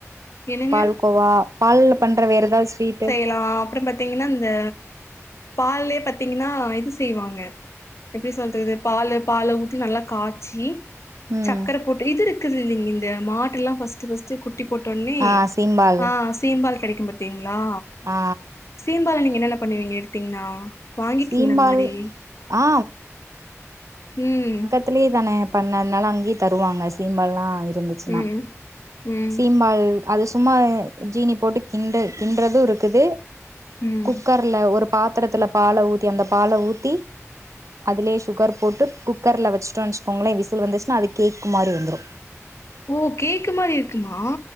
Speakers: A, on the left; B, on the right.
A: என்னங்க
B: பால்கோவா பால்ல பண்ற வேற ஏதாவது ஸ்வீட்டு
A: எலாம் அப்பறோம் பத்தி பாத்தீங்கன்னா இந்த பால்லயே பாத்திங்னா இது செய்வாங்க எப்டி சொல்றது பாலு பால ஊத்தி நல்லா காய்ச்சி
B: ம்
A: சக்கரை போட்டு இது இருக்குதில்லிங் இந்த மாடெல்லா ஃபஸ்ட்டு ஃபஸ்ட்டு குட்டி போட் டொன்னே
B: ஆ சீம்பால்
A: ஆ சீம்பால் கெடைக்கு பாத்தீங்களா
B: ஆ
A: சீம்பால் நீங்க என்னென்ன பண்ணுவீங்க எடுத்தீங்ன்னா வாங்கிருகிங்ளா
B: சீம்பால்
A: அந்த மாரி
B: ஆ
A: ம்
B: த்திலி தான பண்ண அதனால அங்கேயே தருவாங்க சீம்பாலல்லா இருந்து ச்சினா
A: ம் ம்
B: சீம்பால் அது சும்மா ஜீனி போட்டு கிண்டு கிண்றது இருக்குது
A: ம்
B: குக்கர் ல ஒரு பாத்திரத்துல பால ஊத்தி அந்த பால ஊத்தி அதுலயே சுகர் போட்டு குக் கர்ல வெச்டோன் வெச்சுகோங்ளே விசில் வந்துச்சின்னா அது கேக்கு மாரி வந்துரு
A: ஓ கேக்கு மாரி இருக்குமா